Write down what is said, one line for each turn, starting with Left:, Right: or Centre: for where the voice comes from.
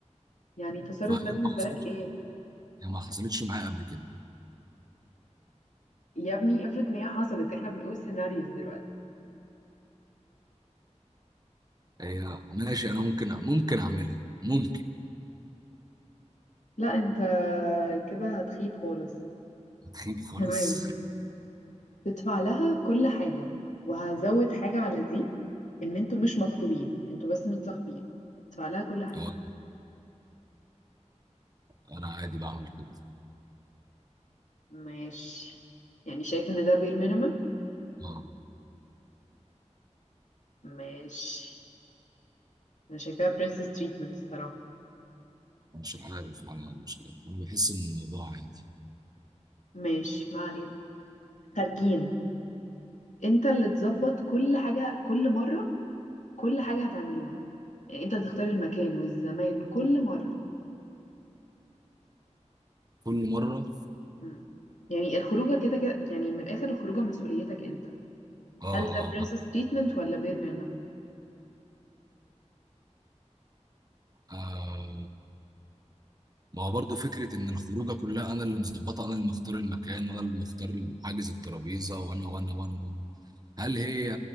Left: يعني التصرف
Right: فهي
Left: ده بالنسبه
Right: ما حصلتش
Left: لك ايه
Right: هي ما حصلتش معايا قبل كده
Left: يا ابني افرض ان هي حصلت احنا بنقول سيناريوز دلوقتي
Right: هي ماشي انا ممكن ممكن اعملها ممكن
Left: لا انت كده هتخيب خالص
Right: تخيل خالص
Left: تمام تدفع لها كل حاجه وهزود حاجه على دي ان انتوا مش مخطوبين انتوا بس متصاحبين تدفع لها كل حاجه
Right: آه، انا عادي بعمل كده
Left: ماشي يعني شايف ان ده بير مينيمم
Right: اه
Left: ماشي انا شايفاها برنسس تريتمنت الصراحه
Right: مش عارف انا مش عارف انا بحس ان الموضوع عادي
Left: ماشي ما علينا خارجين انت اللي تظبط كل حاجة كل مرة كل حاجة هتعملوها يعني انت اللي تختار المكان والزمان كل مرة
Right: كل مره
Left: مم. يعني الخروجة كده كده يعني من الآخر الخروجة مسؤوليتك انت
Right: اه اه
Left: هل ده برنسس
Right: اه
Left: تريتمنت ولا بير ميمم
Right: آه، ما هو برضه فكره ان الخروجه كلها انا اللي مظبطه انا اللي مختار المكان وانا اللي مختار حاجز الترابيزه وانا وانا وانا وأنا. هل هي